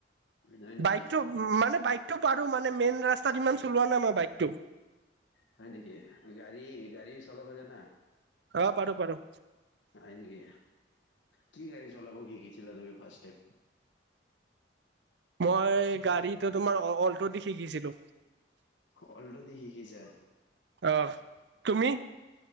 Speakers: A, on the left; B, on the right.
A: হয় নেকি
B: বাইকটো মানে বাইক। তটো পাৰো মানে মেইন ৰাস্তাত ইমান চলোৱা নাই মই বাইক।
A: হয় নেকি গাড়ী গাড়ী চলাব জানা।
B: অ পাৰো পাৰো।
A: হয় নেকি কি গাড়ী চলাব শিকিছিলা তুমি ফাৰ্ষ টাইম।
B: মই গাড়ীটো তোমাৰ অ' হল। দি শিকিছিলো।
A: অলৰেডি শিকিছে।
B: আহ, তুমি?